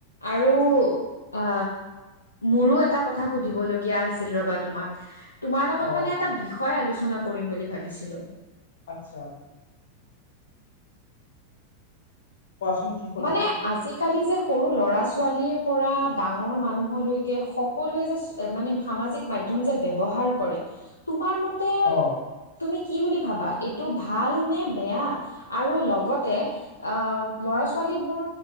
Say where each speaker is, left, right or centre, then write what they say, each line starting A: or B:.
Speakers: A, on the left (about 80°); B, on the left (about 60°).
A: আৰু অ মোৰো এটা কথা সুধিবলগীয়া আছিল ৰবা তোমাক। তোমাৰ লগত
B: অ
A: মানে এটা বিষয় আলোচনা কৰিম বুলি ভাবিছিলো।
B: আচ্ছা। কোৱাচোন কি কথা?
A: মানে আজিকালি যে সৰু ল'ৰা ছোৱালীৰ পৰা ডাঙৰ মানুহলৈকে সকলোৱে যে মানে সামাজিক মাধ্যম যে ব্যৱহাৰ কৰে। তোমাৰ মতে
B: অ।
A: তুমি কি বুলি ভাবা এইটো ভাল নে বেয়া? আৰু লগতে অ ল'ৰা ছোৱ ছোৱালীবোৰ